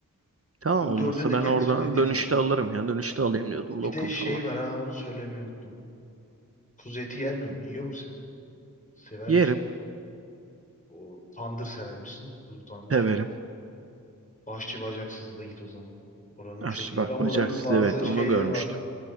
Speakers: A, on the right; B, on the left.
A: Tamam
B: Bu
A: olmazsa
B: dördünün de
A: ben
B: kendi
A: oradan
B: içinde dibi.
A: dönüşte alırım ya. Dönüşte alayım diyordum
B: Bir
A: lokum
B: de şey
A: falan.
B: var ha onu söylemeyi unuttum. Kuzu eti yer mi? Yiyor musun sen? Sever
A: Yerim,
B: misin? O tandır sever misin? Kuzu tandır.
A: severim.
B: Başçı bacaksızda da git o zaman. Oranın
A: Aşçı
B: çok iyidir
A: bak
B: ama
A: bacaksız
B: oranın bazı
A: evet onu
B: şeyleri
A: görmüştüm.
B: var.